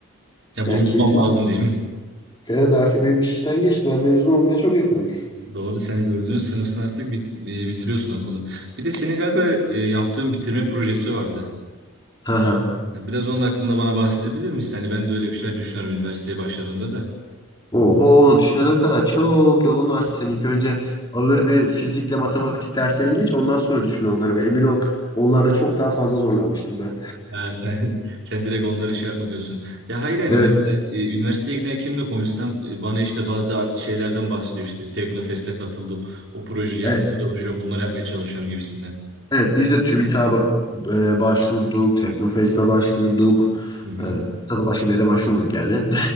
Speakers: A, on the right (about 55°); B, on the left (about 20°).
A: Ya
B: Ya
A: bulundurmam
B: kesin.
A: lazım diyeyim. <laughs>
B: Evet artık benim iş işten geçti. Ben mezun olmaya çok yakınım.
A: Doğru sen dördüncü sınıfsın artık bit- e, bitiriyorsun okulu. Bir de senin galiba e, yaptığın bitirme projesi vardı.
B: <laughs> <laughs>
A: Ya biraz onun hakkında bana bahsedebilir misin? Hani ben de öyle bir şeyler düşünüyorum üniversiteye başladığımda da.
B: Oho onu düşünene kadar çok yolun var senin. İlk önce alır bir fizikle matematik derslerini geç ondan sonra düşün onları. Emin ol onlarda çok daha fazla zorlanmıştım ben.
A: Ha, sen <laughs> sen direkt onları şey yapma diyorsun. Ya hayır yani
B: <laughs>
A: mesela
B: Evet,
A: e, üniversiteye giden kimle konuşsam e, bana işte bazı şeylerden bahsediyor işte Teknofest'e katıldım. O projeyi yapmaya
B: evet,
A: çalışıyorum, bunları yapmaya çalışıyorum gibisinden.
B: evet. Biz de TÜBİTAK'a ba- e, başvurduk, Teknofest'e başvurduk.
A: Hı hı.
B: E, zaten başka bir yere başvurmadık yani. <laughs>